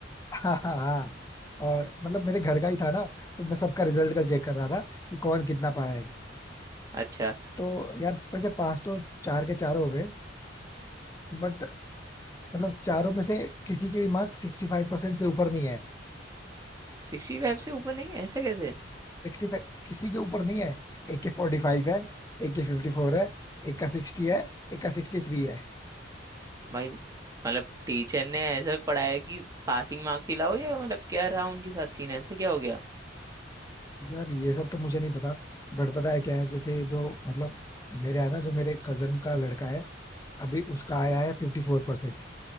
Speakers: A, on the left (about 15°); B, on the right (about 20°).
A: हाँ हाँ हाँ और मतलब मेरे घर का ही था ना तो मैं सबका रिजल्ट कल चेक कर रहा था कि कौन कितना पाया है
B: अच्छा
A: तो यार वैसे पास तो चार के चार हो गए बट मतलब चारों में से किसी के भी मार्क सिक्सटी फाइव परसेंट से ऊपर नहीं है
B: सिक्सटी फाइव से ऊपर नहीं है? ऐसा कैसे
A: सिक्सटी फाइव किसी के ऊपर नहीं है एक के फोर्टी फाइव है एक के फिफ्टी फोर है एक का सिक्सटी है एक का सिक्सटी थ्री है
B: भाई मतलब टीचर ने ऐसा पढ़ाया कि पासिंग मार्क्स ही लाओ या मतलब क्या रहा उनके साथ सीन ऐसा क्या हो गया
A: यार ये सब तो मुझे नहीं पता बट पता है क्या है जैसे जो मतलब मेरे है ना जो मेरे कजन का लड़का है अभी उसका आया है फिफ्टी फोर परसेंट,